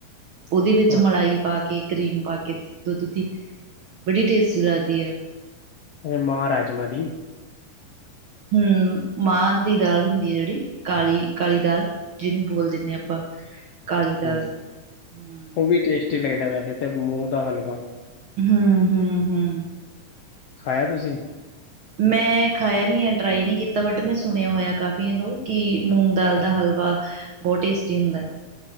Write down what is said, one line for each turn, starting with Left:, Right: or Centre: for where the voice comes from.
Right: ਉਹਦੇ ਵਿੱਚ
Left: ਹਾਂ
Right: ਮਲਾਈ ਪਾ ਕੇ, ਕਰੀਮ ਪਾ ਕੇ ਦੁੱਧ ਦੀ ਬੜੀ ਟੇਸਟੀ ਲੱਗਦੀ ਆ।
Left: ਮਹ ਰਾਜਮਾ ਜੀ
Right: ਹਮ ਮਾਂਹ ਦੀ ਦਾਲ ਹੁੰਦੀ ਹੈ ਜਿਹੜੀ ਕਾਲੀ ਕਾਲੀ ਦਾਲ ਜਿਹਨੂੰ ਬੋਲ ਦਿੰਦੇ ਹਾਂ ਆਪਾਂ ਕਾਲੀ ਦਾਲ
Left: ਹਮ,
Right: ਹੂੰ
Left: ਉਹ ਵੀ ਟੇਸਟੀ ਲੱਗਦਾ ਵੈਸੇ ਤੇ ਮੂੰਹ ਦਾ ਹਲਵਾ
Right: ਹਮ- ਹਮ -ਹਮ।
Left: ਖਾਇਆ ਤੁਸੀਂ
Right: ਮੈਂ ਖਾਇਆ ਨੀ ਹੈ, ਟਰਾਈ ਨਹੀ ਕੀਤਾ, ਬਟ ਮੈਂ ਸੁਣਿਆ ਹੋਇਆ ਕਾਫੀ ਸੁਣਿਆਂ ਕਿ ਮੂੰਗ ਦਾਲ ਦਾ ਹਲਵਾ ਬਹੁਤ ਟੇਸਟੀ ਹੁੰਦਾ